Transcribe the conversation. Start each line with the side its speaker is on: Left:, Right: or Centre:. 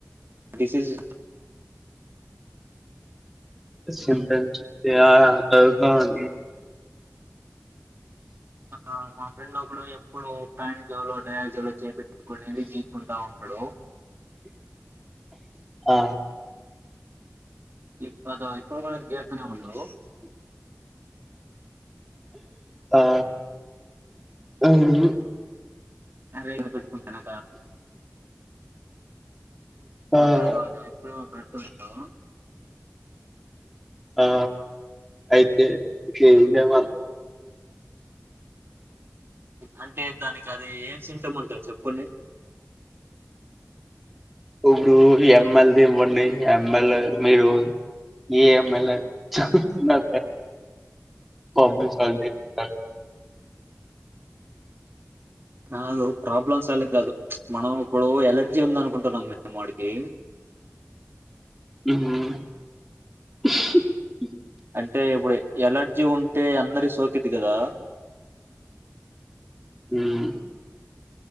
Right: డిసీస్
Centre: సింప్టన్స్ <inaudible>
Right: ఆ మా ఫ్రెండ్ ఒ ఇప్పుడు ఎప్పుడో ప్యాంట్ జోలో డయాల్ జో చే ఇక్కడ నుండి తీసుకుంటా ఉంటడు.
Centre: ఆ
Right: ఇప్పుద ఇప్పుడు గుడ గే <inaudible> ఉండు
Centre: ఆ అవును.
Right: అరేయ్ కనకా
Centre: ఆ
Right: అదో అదో
Centre: ఆ
Right: అదో ఇప్పుడే ఏమో పడుతున్నడు
Centre: ఆ అయితే ఇగ ఏం చెయ్ మంటావ్
Right: అంటే దానికది ఏం సింటమ్ ఉంటది చెప్పండి.
Centre: ఇప్పుడు ఎమ్మెల్ది ఇవ్వండి ఎమ్మెలె మీరు ఏ ఎమ్మెలే చూస్తున్న ప్రాబ్లం సాల్వ్ చేస్తారు.
Right: నాలో ప్రాబ్లమ్స్ రాలే కాదు మనం ఇప్పుడు ఎలర్జీ ఉందనుకుంటున్నాం మేము వాడికి
Centre: మ్
Right: అంటే ఇప్పుడు ఎలర్జీ ఉంటే అందరికి సోకిది కదా
Centre: హ్మ్